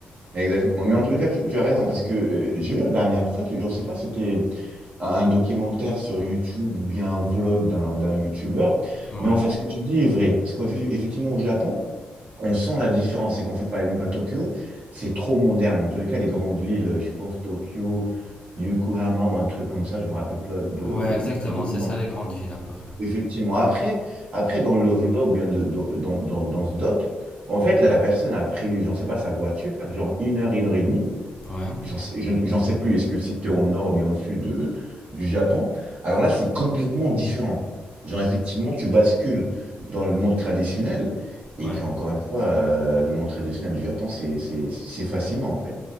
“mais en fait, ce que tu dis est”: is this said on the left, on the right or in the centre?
Right